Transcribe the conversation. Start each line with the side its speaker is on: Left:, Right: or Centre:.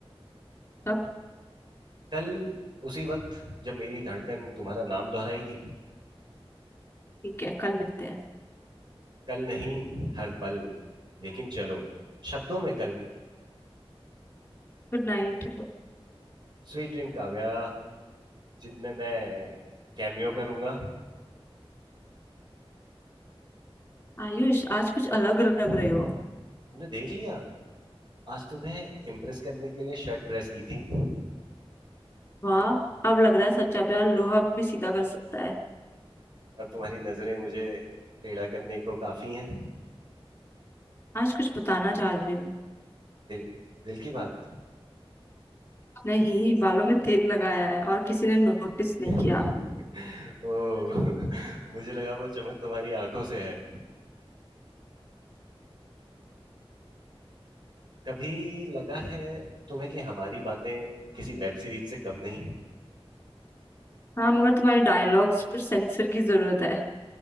Left: तब
Right: कल उसी वक्त जब मेरी धड़कन तुम्हारा नाम दोहराएगी
Left: ठीक है कल मिलते हैं
Right: कल नहीं हर पल लेकिन चलो शब्दों में कल
Left: Good night
Right: Sweet dream Kavya जिनमें मैं कैमियो करूंगा
Left: आयुष आज कुछ अलग लग
Right: तुमने
Left: रहे हो
Right: देख लिया आज तुम्हें इम्प्रेस करने के लिए शर्ट प्रेस की थी और
Left: वाह अब लग रहा है सच्चा प्यार लोहा भी सीधा कर सकता है
Right: तुम्हारी नजरें मुझे टेढ़ा करने को काफी हैं
Left: आज कुछ बताना चाह रही हूँ
Right: दिल दिल की बात
Left: नहीं बालों में तेल लगाया है और किसी ने नोटिस नहीं
Right: <laughs>
Left: किया
Right: ओ <laughs> मुझे लगा वो चमक तुम्हारी आंखों से है कभी लगा है तुम्हें कि हमारी बातें किसी वेब सीरीज से कम नहीं
Left: हाँ मगर तुम्हारे डायलॉग्स पर सेंसर की जरूरत है